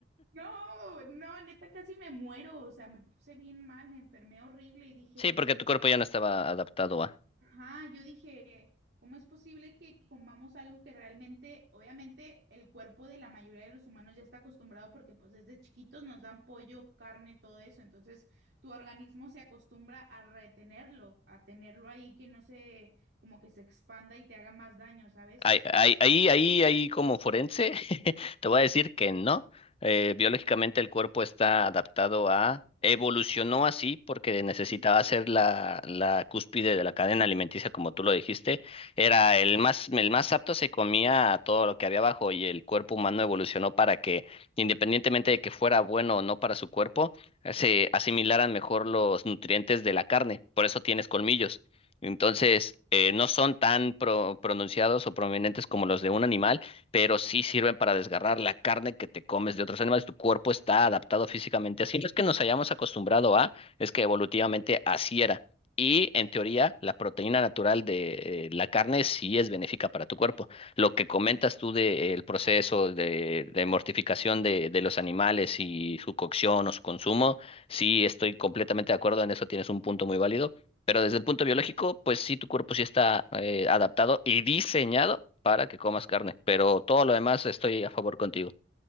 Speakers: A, on the right; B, on the left.
A: No, no, neta casi me muero. O sea, me puse bien mal, me enfermé horrible y dije,
B: Sí,
A: oye.
B: porque tu cuerpo ya no estaba adaptado a.
A: Ajá, yo dije, ¿cómo es posible que comamos algo que realmente, obviamente, el cuerpo de la mayoría de los humanos ya está acostumbrado porque pues desde chiquitos nos dan pollo, carne, todo eso, entonces tu organismo se acostumbra a retenerlo, a tenerlo ahí que no se, como que se expanda y te haga más daño, ¿sabes?
B: Ahí, ahí, ahí, ahí ahí como forense, <laughs> te voy a decir que no. Eh, biológicamente el cuerpo está adaptado a, evolucionó así porque necesitaba
A: Mm,
B: ser la, la cúspide de la cadena alimenticia, como tú lo dijiste. Era
A: claro.
B: el más, el más apto, se comía a todo lo que había abajo y el cuerpo humano evolucionó para que, independientemente de que fuera bueno o no para su cuerpo, eh, se asimilaran mejor los nutrientes de la carne. Por eso tienes colmillos. Entonces, eh, no son tan pro- pronunciados o prominentes como los de un animal, pero
A: Mm.
B: sí sirven para desgarrar la carne que te comes de otros animales. Tu cuerpo está adaptado físicamente así. No es que nos hayamos acostumbrado a, es que evolutivamente así era. Y en teoría, la proteína natural de eh, la carne sí es benéfica para tu cuerpo. Lo que comentas tú del proceso de, de mortificación de, de los animales y su cocción o su consumo, sí estoy completamente de acuerdo en eso, tienes un punto muy válido pero desde el punto biológico, pues sí, tu cuerpo sí está eh, adaptado y diseñado para que comas carne, pero todo lo demás estoy a favor contigo.